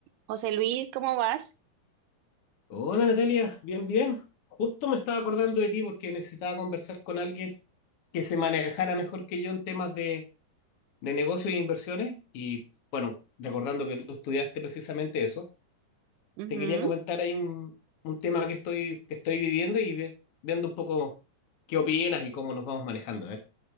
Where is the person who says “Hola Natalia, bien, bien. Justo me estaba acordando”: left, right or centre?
Left